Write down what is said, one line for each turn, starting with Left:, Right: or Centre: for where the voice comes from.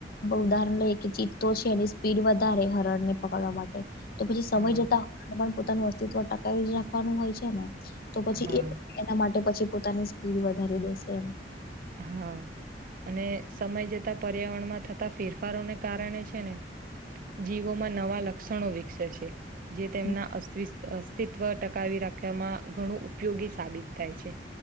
Left: ઉદાહરણ લઈએ કે ચિત તો છે એની સ્પીડ વધારે હરણ ને પકડવા માટે તો પછી સમય
Right: હા
Left: જતાને પણ પોતાનું અસ્તિત્વ ટકાવી જ રાખવાનું હોય છે ને તો પછી
Right: હા
Left: એ એના માટે પછી પોતાની સ્પીડ વધારી દેશે એમ
Right: હા અને સમય જતા પર્યાવરણમાં થતા ફેરફારોને કારણે છે ને જીવોમાં નવા લક્ષણો વિકસે છે જે તેમના
Left: હમ,
Right: અસ્તિત્વ ચકાવી રાખમાં ઘણું ઉપયોગી સાબિત થાય છે